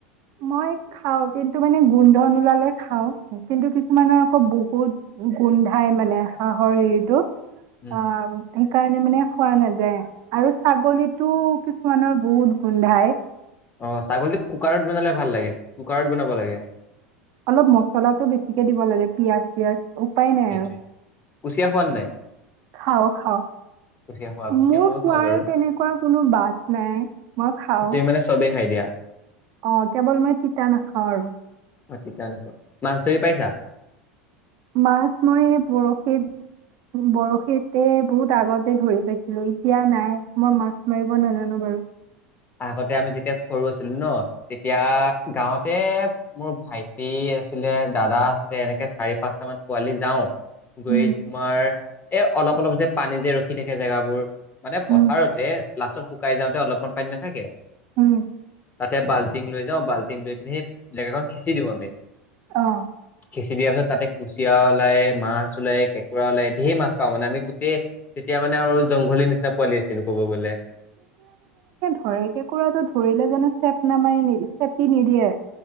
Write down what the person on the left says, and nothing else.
উম
অ', ছাগলীটো কুকাৰত বনালে ভাল লাগে, কুকাৰত বনাব লাগে। <inaudible>
সেইটোৱে
কুচিয়া খোৱা নে নাই
কুচিয়া খোৱা কুচিয়া
ময়ো
খাওঁ বাৰু
তুমি মানে চবেই খাই দিয়া
অ', তিতা নোখোৱা, মাছ ধৰি পাইছা?
আগতে আমি যেতিয়া সৰু আছিলোঁ ন' তেতিয়া, গাঁৱতে মোৰ ভাইটি আছিলে দাদা আছিলে এনেকে চাৰি পাঁচটামান পোৱালি যাওঁ। গৈ,
তোমাৰ এ অলপ অলপ যে পানী যে ৰখি থাকে জেগাবোৰ মানে
পথাৰতে লাষ্টত শুকাই যাওঁতে অলপমান পানী নাথাকে।
তাতে বাল্টিং লৈ যাওঁ বাল্টিং লৈ কিনে সেই জেগাখন খিঁচি দিওঁ আমি।
খিঁচি দিয়া হয়, তাতে কুচিয়া ওলায় মাছ ওলায় কেঁকোৰা ওলায় ধেৰ মাছ পাও মানে আমি গোটেই, তেতিয়া মানে আৰু জংঘলিৰ নিচিনা পোৱালি আছিলো ক'ব গ'লে।